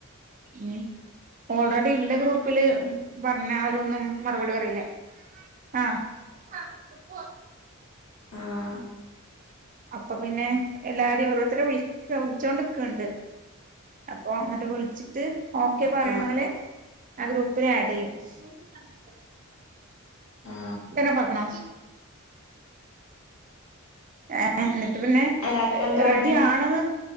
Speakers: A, on the right; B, on the left.
A: ഉം ഓൾറെഡി ഇല്ല ഗ്രൂപ്പില് പറഞ്ഞാലൊന്നും മറുപടി പറീലെ ആഹ് <unintelligible>
B: ആഹ്
A: അപ്പ പിന്നെ എല്ലാരിം ഓരോരുത്തരെ വിളിക്കാവും വിളിച്ചോണ്ട്ക്ക്ണ്ട് അപ്പൊ ഇന്നട്ട് വിൾച്ച്ട്ട് ഓക്കെ
B: ആ
A: പറയുന്നോലെ
B: ആ
A: ആ ഗ്രൂപ്പില് ആഡ്യ്യാ <unintelligible>
B: ആ
A: ഫേന് ഓഫാകണോ ഏഹ് ഇന്നട്ട് പിന്നെ
B: എല്ലാരും എന്താ
A: റെഡി
B: പറഞ്ഞേ
A: ആണ്ന്ന്